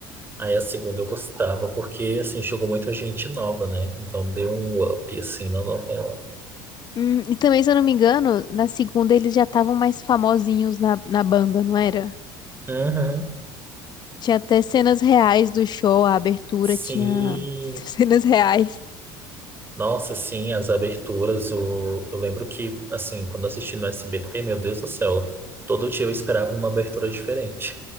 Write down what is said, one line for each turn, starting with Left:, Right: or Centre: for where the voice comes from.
Right: Aí a segunda eu gostava, porque assim, chegou muita gente nova, né? Então deu um up assim na novela.
Left: Hum, e também, se eu não me engano, na segunda eles já estavam mais famosinhos na, na banda, não era?
Right: Uhum.
Left: Tinha até cenas reais do show, a abertura
Right: Sim.
Left: tinha <laughs> cenas reais.
Right: Nossa, sim, as aberturas, o... eu lembro que assim, quando assisti no SBT, meu Deus do céu, todo dia eu esperava uma abertura diferente.